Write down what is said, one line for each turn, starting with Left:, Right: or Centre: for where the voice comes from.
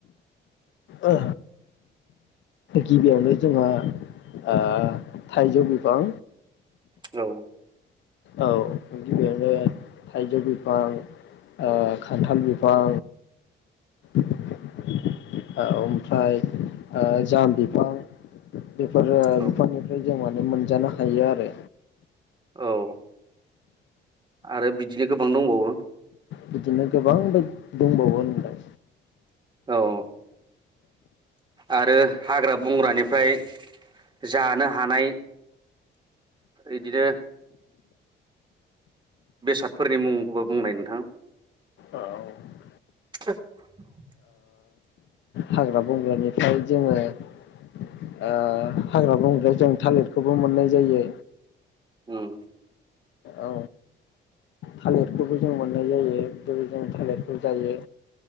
Left: ओ गिबियावनो जोंहा थाइजौ बिफां
Right: औ
Left: औ गिबियावनो थाइजौ बिफां ओ खान्थाल बिफां औ ओमफ्राय ओ जाम बिफां बेफोर
Right: औ
Left: बिफांनिफ्राय जों माने मोनजानो हायो आरो
Right: औ आरो बिदिनो गोबां दंबावो
Left: बिदिनो गोबांबो दंबावो होनलाय
Right: औ आरो हाग्रा बंग्रानिफ्राय जानो हानाय इदिनो बेसादफोरनि मुंबो बुंनाय नोंथां
Left: औ ओ
Right: <inaudible>
Left: हाग्रा बंग्रानिफ्राय जोंङो ओ हाग्रा बंग्रायाव जों थालिरखौबो मोननाय जायो
Right: उम
Left: औ थालिरखौबो जों मोननाय जायो औ जों थालिरखौ जायो